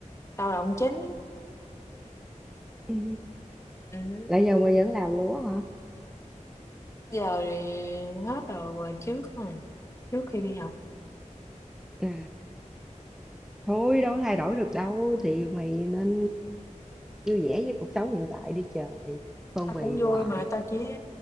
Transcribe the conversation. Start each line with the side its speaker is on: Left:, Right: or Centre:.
Left: lao động chính
Centre: Ừ,
Left: ừ.
Centre: là giờ mày vẫn làm luôn á hả?
Left: giờ thì hết rồi mà trước rồi trước khi đi học
Centre: À, thôi đâu có thay đổi được đâu, thì mày nên vui vẻ với cuộc sống hiện tại đi trời. Phân
Left: tao
Centre: bì
Left: cũng
Centre: hoài.
Left: vui mà tao chỉ